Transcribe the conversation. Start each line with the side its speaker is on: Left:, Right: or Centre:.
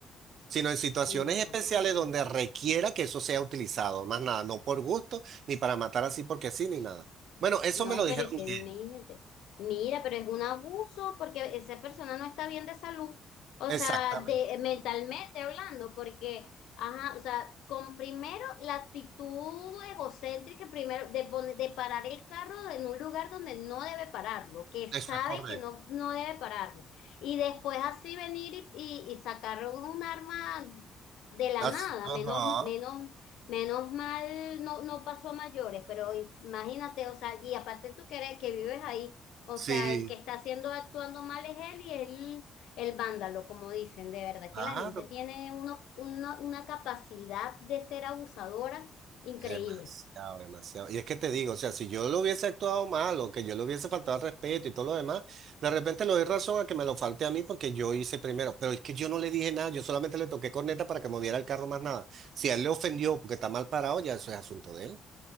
Right: sino en situaciones
Left: No.
Right: especiales donde requiera que eso sea utilizado, más nada, no por gusto, ni para matar así porque sí, ni nada. Bueno, eso
Left: No,
Right: me lo dijeron
Left: pero es
Right: ellos.
Left: que imagínate. Mira, pero es un abuso porque esa persona no está bien de salud. O
Right: Exactamente,
Left: sea, de, mentalmente hablando, porque, ajá, o sea, con primero la actitud egocéntrica, primero de, poner- de parar el carro en un lugar donde no debe pararlo, que
Right: eso
Left: sabe
Right: es correcto.
Left: que no, no debe pararlo. Y después así venir y, y, y sacar un arma de la
Right: Así,
Left: nada,
Right: ajá,
Left: menos, menos Menos mal no, no pasó a mayores, pero if- imagínate, o sea, y aparte tú que eres- que vives ahí, o
Right: sí,
Left: sea, el que está haciendo actuando mal es él y él el vándalo, como dicen, de verdad
Right: claro,
Left: que la gente tiene unos, una, una capacidad de ser abusadora increíble.
Right: demasiado, demasiado. Y es que te digo, o sea, si yo lo hubiese actuado mal o que yo le hubiese faltado al respeto y todo lo demás, de repente le doy razón a que me lo falte a mí porque yo hice primero, pero es que yo no le dije nada, yo solamente le toqué corneta para que moviera el carro más nada. Si a él le ofendió porque está mal parado, ya eso es asunto de él.